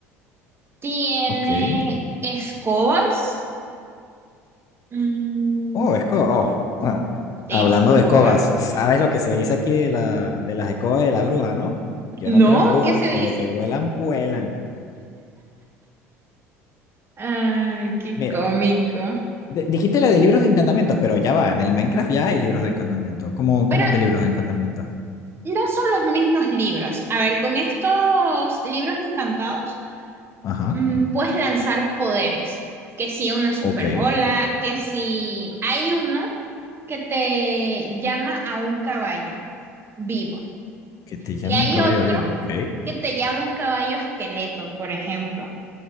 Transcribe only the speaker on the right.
Tiene
escobas. Mm,
escobas.
No,
¿qué se dice?
Ay, qué
cómico.
Pero
no son los mismos libros. A ver, con estos libros encantados,
mm, puedes lanzar poderes. Que si una superbola,
que si hay uno que te llama a un caballo vivo.
Y hay
otro
que te llama un caballo esqueleto, por ejemplo.